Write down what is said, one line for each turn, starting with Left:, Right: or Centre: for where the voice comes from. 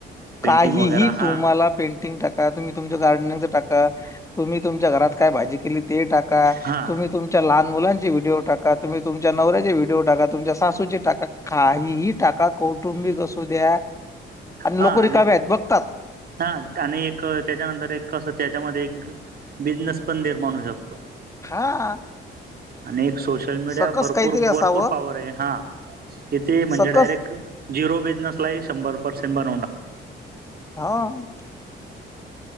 Right: पेंटिंग
Left: काहीही
Right: वगैरे हा
Left: तुम्हाला पेंटिंग टाक..... तुम्ही तुमच गार्डनच टाका तुम्ही तुमच्या घरात काय भाजी केली ते टाका
Right: हा
Left: तुम्ही तुम.... तुमच्या लहान मुलांचे व्हिडीओ टाका तुम्ही तुमच्या नवऱ्याचे व्हिडिओ टाका तुमच्या सासूचे टाका.... काहीही टाका कौटुंबिक असू द्या....
Right: हा
Left: लोक रिकामे
Right: आणि....
Left: आहेत बघतात.
Right: हा आणि एक त्याच्यानंतर एक कसं त्याच्यामध्ये एक... बिझनेस पण निर्माण होऊ शकतो.
Left: हा....
Right: अनेक सोश... सोशल मीडिया
Left: सकस
Right: भरपूर
Left: काहीतरी असावं
Right: भरपूर पॉवर आहे हा कि ते म्हणजे
Left: सकस
Right: डायरेक.... झिरो बिजनसलाही शंभर परर्सेंट बनवून टाकत.
Left: हो..